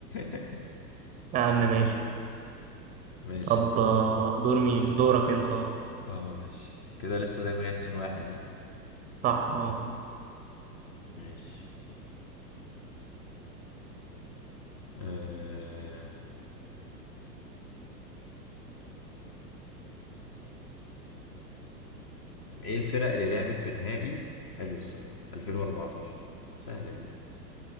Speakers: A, on the left; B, on the right.
A: <laughs>
B: اهم ماشي
A: ماشي
B: طب آه، دور مين دورك انت اه
A: اه ماشي كده لسه زي ما هي 2 واحد ها
B: صح اه
A: ماشي آه... ايه الفرق اللي لعبت في نهائي حلو السؤال ده 2014 سهلة دي